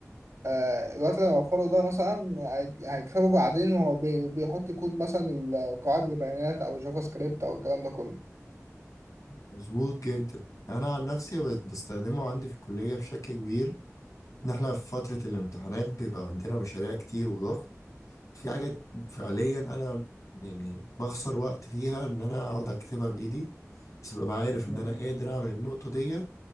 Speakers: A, on the right (about 55°); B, on the left (about 80°).
A: آه الوقت اللي هيوفره ده مثلا هي- هيكسبه بعدين وهو بي- بيحط كود مثلا القواعد البيانات أو الجافا سكريبت أو الكلام ده كله
B: مظبوط جدا أنا عن نفسي بقيت بستخدمه عندي في الكلية بشكل كبير إن إحنا في فترة الامتحانات بيبقى عندنا مشاريع كتير وضغط في حاجات فعليا أنا يعني بخسر وقت فيها إن أنا أقعد أكتبها بإيدي بس ببقى عارف
A: مم.
B: إن أنا قادر أعمل النقطة ديت